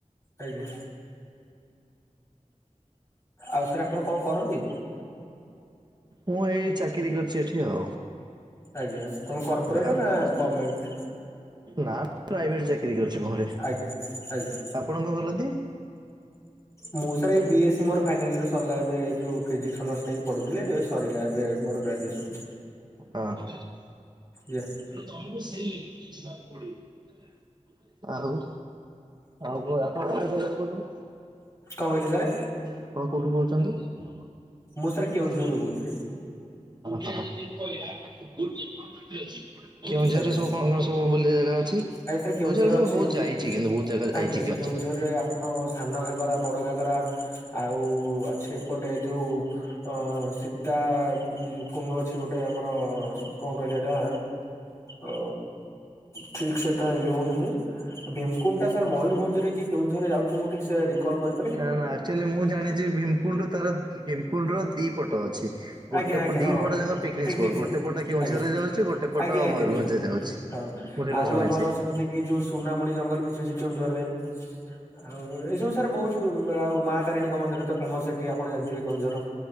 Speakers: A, on the left; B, on the right.
A: ଆଜ୍ଞା। ଆଉ ସାର୍ ଆପଣ କଣ କରନ୍ତି।
B: ମୁଁ ଏଇ ଚାକିରି କର୍ଚି ଏଠି ଆଉ।
A: ଆଜ୍ଞା କଣ କର୍ପୋରେଟ୍
B: ଆପ-
A: ନା ଗମେଣ୍ଟ୍।
B: ନା ପ୍ରାଇଭେଟ୍ ଚାକିରୀ କରିଛି ମୁଁହରେ
A: ଆଜ୍ଞା ଆଜ୍ଞା
B: ଆପଣ କଂ କରନ୍ତି।
A: ମୁଁ ସାର୍ ଏଇ ବି ଏସ୍ ସି ମୋର ଫାଇନାଲ୍ରେ ସର୍ଲା ଏବେ ଉ ଫିଜିକ୍ସନର୍ସ ନେଇକି ପଢୁଥିଲେ ସରିଲା ଏବେ ମୋର ଗ୍ରାଜୁଏସନ୍।
B: ହଁ।
A: ୟେ
B: ତେଣୁ ତମକୁ ସେଇ ଲିମିଟ୍ ବୁଝିବାକୁ ପଡିବ। ଆଉ ଆଉ କଣ ଆପଣ ଜାଗାରୁ କହୁଛନ୍ତି।
A: କଂ କହିଲେ ସାରେ।
B: ଆପଣ କୋଉଠୁ କହୁଛନ୍ତି? ଅ
A: ମୁଁ ସାର୍ କେଉଁଝରରୁ
B: ହ
A: କହୁଥିଲି
B: କେଉଁଝରରେ ସବୁ କଣ କଣ ସ
A: ଆଜ୍ଞା
B: ସବୁ ବୁଲିବା ଜାଗା ଅଛି। କେଉଁଝର
A: ଆଜ୍ଞା ସାର୍
B: ମୁଁ
A: ଅଛି
B: ବହୁତ
A: ଯେମିତି
B: ଯାଇଛି କିନ୍ତୁ ବହୁତ ଜାଗା ଯାଇଛି
A: ଆଜ୍ଞା
B: କେଉଁଝର।
A: କେଉଁଝରରେ ଆପଣ ସାନ ଘାଗରା ବଡ଼ ଘାଗରା ଆଉ ଅଛି ଏପଟେ ଯେଉଁ ଅ ସୀତା କୁଣ୍ଡ ଅଛି ଗୋଟେ ଆମର କଣ କହିଲେ ଏଟା ଅ ଠିକସେ ଏଟା ଇଏ ହୋଉନି ଭିମକୁଣ୍ଡଟା ସାର୍ ମୟୂରଭଞ୍ଜରେ କି କେଉଁଝରରେ ଯାଉଛି ମୁଁ ଠିକ ସେ ରିକଲ୍ କରିି
B: ନା ନା ଆକ୍ଚୁଆଲି ମୁଁ ଜାଣିଛି ଭୀମକୁଣ୍ଡ ତାର ଭୀମକୁଣ୍ଡ ର ଦି ପଟ ଅଛି। ଗୋଟେ
A: ଆଜ୍ଞା ଆଜ୍ଞା
B: ପ ଦି
A: ହଁ
B: ପଟ ଯାକ ପିକ୍ନିକ୍
A: ଠିକ
B: ସ୍ପଟ
A: ଠିକ ସାର୍
B: ଗୋଟେ ପଟ କେଉଁଝରରେ
A: ଆଜ୍ଞା
B: ଯାଉଛି ଗୋଟେ ପଟ
A: ଆଜ୍ଞା ଆଜ୍ଞା
B: ମୟରଭଞ୍ଜରେ
A: ନିହାତି
B: ଯାଉଛି।
A: ହଁ
B: ମୁଁ ସେଇଟା
A: ଆଉ
B: ଶୁଣିଛି
A: ଆମର ସେମିତି କି ଯୋଉ ସୁନାମୁଣି ଜଙ୍ଗଲ ବିଚ ଅଛି କେଉଁଝରରେ ଆଉ ଏଇ ସବୁ ସାର୍ ବହୁତ ଆଉ ମା ତାରିଣଙ୍କ ମନ୍ଦିର ତ ଫେମସ ଏଠି ଆପଣ ଜାଣିଥିବେ କେଉଁଝରର।